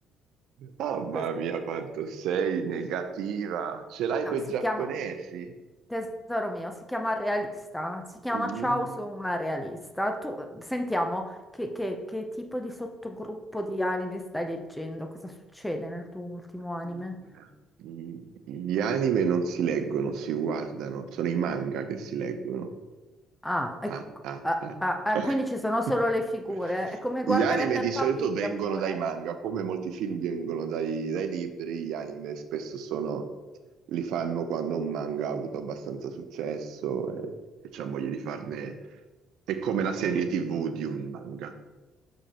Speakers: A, on the right (about 75°); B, in the centre.
A: Oh, mamma
B: Cos-
A: mia, quanto sei negativa! Ce l'hai
B: No,
A: con
B: si
A: i giapponesi?
B: chiama... Tesoro mio, si chiama realista, si chiama
A: Mm.
B: Ciao, sono una realista. Tu sentiamo che, che- che tipo di sottogruppo di anime stai leggendo, cosa succede nel tuo ultimo anime?
A: Allora, gli gli anime non si leggono, si guardano, sono i manga che si leggono.
B: Ah, ecco,
A: Ah, ah,
B: ah,
A: ah.
B: ah, ah, quindi ci sono
A: <laughs>
B: solo le figure, è come
A: Gli
B: guardare
A: anime
B: Peppa
A: di solito
B: Pig
A: vengono
B: pure.
A: dai manga, come molti film vengono dai, dai libri, gli anime spesso sono, li fanno quando un manga ha avuto abbastanza successo e, e c'è voglia di farne, è come la serie TV di un manga